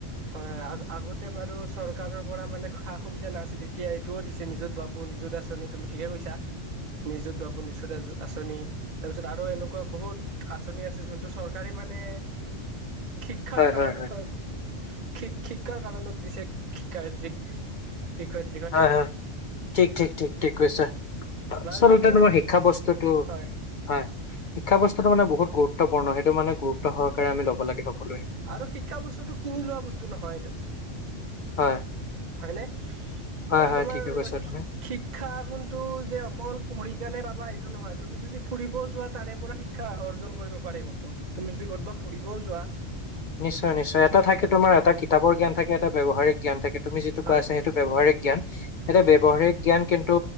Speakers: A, on the right; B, on the left.
A: হয়- হয় আ-আগতে বাৰু চৰকাৰৰ পৰা মানে সা-সুবিধা নাছিল, এতিয়া এইটোও দিছে নিজুত বাবু, নিজুত আঁচনি। তুমি ঠিকে কৈছা, নিজুত বাবু, নিজুত আঁচনি। তাৰপিছত আৰু এনেকুৱা বহুত আঁচনি আছে, যোনটো চৰকাৰে মানে শিক্ষাৰ
B: হয়
A: কাৰণ
B: হয় হয়।
A: <unintelligible> শিক-শিক্ষাৰ কাৰণত দিছে, শিক্ষায়িত্ৰীক, শিক্ষয়ি
B: হয়- হয়, ঠিক-ঠিক-ঠিক-ঠিক কৈছা। আচলতে
A: বাৰু বাবু
B: তোমাৰ শিক্ষা বস্তুতোটো,
A: হয়
B: হয়, শিক্ষা বস্তুতোটো মানে বহুত গুৰুত্ব গুৰুত্বপূৰ্ণ, সেইটো মানে গুৰুত্ব সহকাৰে আমি ল'ব লাগে সকলোৱে।
A: আৰু শিক্ষা বস্তুটো কিনি লোৱা বস্তু নহয় এইটো।
B: হয়
A: হয়নে?
B: হয়
A: আৰু
B: হয়
A: তোমাৰ
B: ঠিকে কৈছা তুমি
A: শিক্ষা গুনটো যে অকল পঢ়ি কেনে পাবা এইটো নহয়, তুমি যদি ফুৰিবও যোৱা তাৰে পৰা শিক্ষা অৰ্জন কৰিব পাৰি বন্ধু, তুমি যদি ক'ৰবাত ফুৰিবও যোৱা
B: নিশ্চয়-নিশ্চয়, এটা থাকে তোমাৰ এটা কিতাপৰ জ্ঞান থাকে, এটা ব্যৱহাৰিক জ্ঞান থাকে, তুমি যিটো
A: হয়
B: কৈ আছা সেইটো ব্যৱহাৰিক জ্ঞান, এতিয়া ব্যৱহাৰিক জ্ঞান কিন্তু